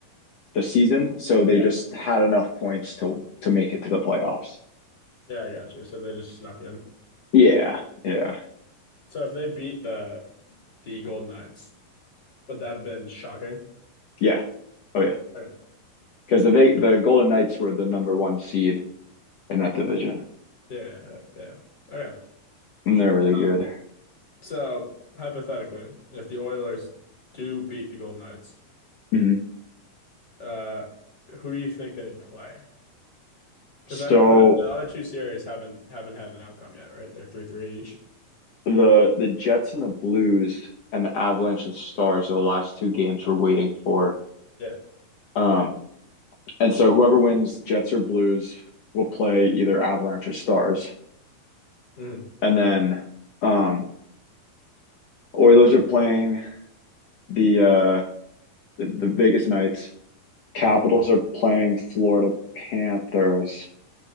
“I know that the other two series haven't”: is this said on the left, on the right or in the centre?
Left